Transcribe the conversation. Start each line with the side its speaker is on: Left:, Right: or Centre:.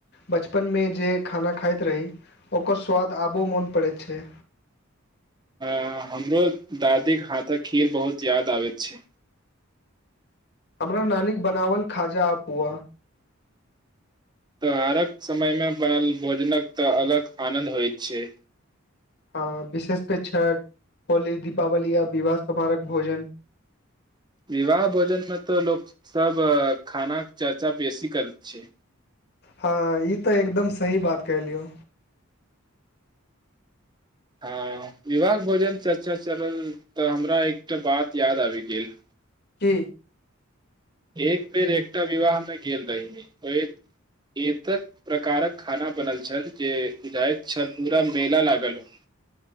Left: बचपनमे जे खाना खाइत रही ओकर स्वाद आबो मोन पड़ैत छै
Right: हं हमरो दादीके हाथक खीर बहुत याद आबैत छै
Left: हमरा नानीक बनाबल खाजा आ पुआ
Right: त्योहारक समयमे बनल भोजनक तऽ अलग आनन्द होइत छै
Left: हँ विशेषक छठ होली दीपावली आ विवाह समारोहक भोजन
Right: विवाह भोजनमे तऽ लोक सब खाना चर्चा बेसी करै छै
Left: हँ ई तऽ एकदम सही बात कहलियौ
Right: हँ विवाहक भोजन चर्चा चलल तऽ हमरा एकटा बात याद आबि गेल
Left: की
Right: एक बेर एकटा विवाहमे गेल रहहि ओ एतक प्रकारक खाना बनल छल जे बुझाइत छल पूरा मेला लागल हो